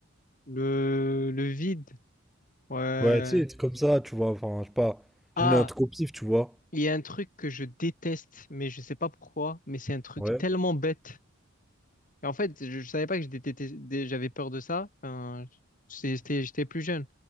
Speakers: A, on the left; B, in the centre.
A: Le, le vide, ouais.
B: Ouais, tu sais, des trucs comme ça, tu vois. Enfin, je sais pas. J'ai
A: Ah,
B: donné un truc au pif, tu vois.
A: il y a un truc que je déteste, mais je sais pas pourquoi, mais c'est un truc
B: Ouais.
A: tellement bête. Et en fait, je, je savais pas que je détestais- dé- j'avais peur de ça. Enfin, c'est- j'étais, j'étais plus jeune.